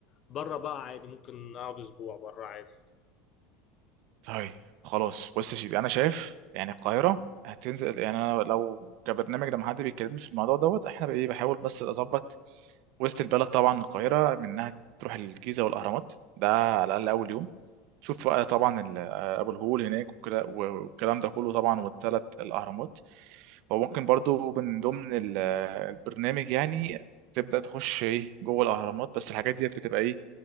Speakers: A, on the left; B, on the right.
A: بره بقى عادي ممكن اقعد اسبوع بره عادي
B: طيب خلاص بص يا سيدي انا شايف يعني القاهره هتنزل يعني انا لو كبرنامج لما حد بيكلمني في الموضوع دوت احنا بقى ايه بحاول بس اظبط وسط البلد طبعا القاهرة منها تروح الجيزة والأهرامات ده على الأقل أول يوم تشوف بقى طبعا ال- أبو الهول هناك وكلا- والكلام ده كله طبعا والثلاث الأهرامات وممكن برضو من ضمن ال- البرنامج يعني تبدأ تخش إيه جوه الأهرامات بس الحاجات ديت بتبقى إيه